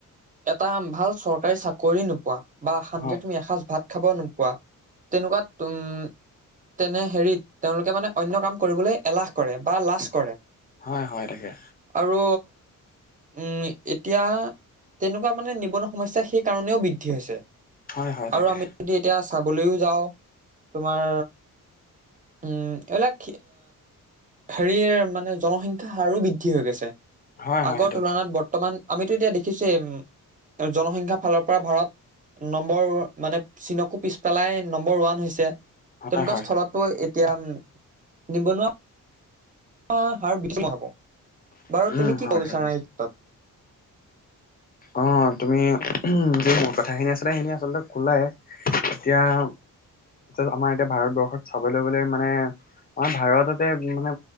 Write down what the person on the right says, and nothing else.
এটা ভাল চৰকাৰী চাকৰি নোপোৱা বা শান্তিতে
তুমি এসাঁজ ভাত খাব নোকোৱা তেনেকুৱাত উম তেনে হেৰিত তেওঁলোকে মানে অন্য কাম কৰিবলৈ এলাহ কৰে বা লাজ কৰে।
আৰু উম এতিয়া তেনেকুৱা মানে নিবনুৱা সমস্যা সেই কাৰণেও বৃদ্ধি হৈছে।
আৰু
আমি যদি এতিয়া চাবলৈও যাওঁ তোমাৰ উম এইবিলাক হেৰিয়ে মানে জনসংখ্যা হাৰো বৃদ্ধি হৈ গৈছে
আগৰ
তুলনাত বৰ্তমান আমিতো এতিয়া দেখিছোৱে, উম জনসংখ্যা ফালৰ পৰা ভাৰত নম্বৰ মানে চীনকো পিছ পেলাই নম্বৰ ওৱান হৈছে তেনেকুৱা
স্থলতো এতিয়া উম নিবনুৱা আ হাৰ <unintelligible> হব বাৰু
তুমি কি
ক'ব বিচাৰা
এই ক্ষেত্ৰত?